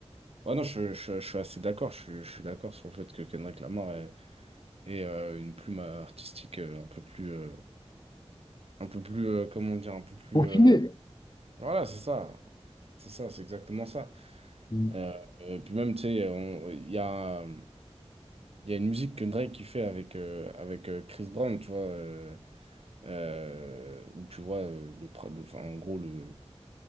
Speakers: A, on the right (about 60°); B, on the left (about 40°).
A: Ouais, non, je, je- je suis assez d'accord. Je, je suis d'accord sur le fait que Kendrick Lamar est, est, euh, une plume euh, artistique euh, un peu plus, euh, un peu plus, euh, comment dire, un peu plus.
B: Pour
A: euh,
B: finir,
A: Voilà, c'est ça. C'est ça, c'est exactement ça.
B: Mm.
A: Euh, euh, puis même, tu sais, on- il y a. Il y a une musique que Drake qui fait avec, euh, avec euh, Chris Brown, tu vois, euh, euh, où tu vois, euh, le, tra- le- enfin, en gros, le,